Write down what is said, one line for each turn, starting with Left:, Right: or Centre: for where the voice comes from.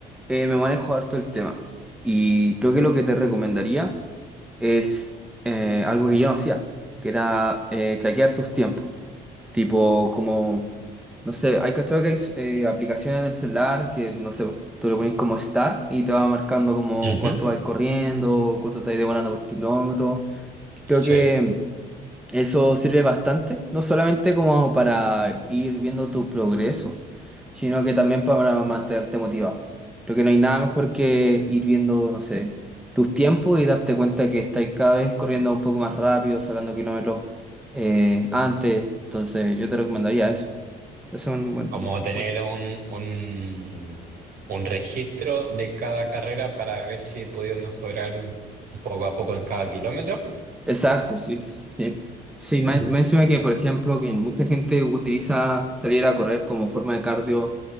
Centre: eh, me manejo harto el tema. Y creo que lo que te recomendaría es eh, algo que yo no hacía, que era eh, traquear tus tiempos. Tipo, como, no sé, hay cachado que hay eh, aplicaciones en el celular que, no sé, tú le pones como start y te va marcando como
Right: Ujú,
Centre: cuánto vas corriendo, cuánto te vas demorando por kilómetro. Creo
Right: sí.
Centre: que eso sirve bastante, no solamente como para ir viendo tu progreso, sino que también para mantenerte motivado. Creo que no hay nada mejor que ir viendo, no sé, tus tiempos y darte cuenta que estás cada vez corriendo un poco más rápido, sacando kilómetros eh, antes. Entonces, yo te recomendaría eso. Eso es un
Right: Como tener
Centre: buen,
Right: un, un, un registro de cada carrera para ver si he podido mejorar un poco a poco en cada kilómetro.
Centre: Exacto, sí, sí. Sí, más,
Right: <clears throat>
Centre: más encima que, por ejemplo, que mucha gente utiliza salir a correr como forma de cardio,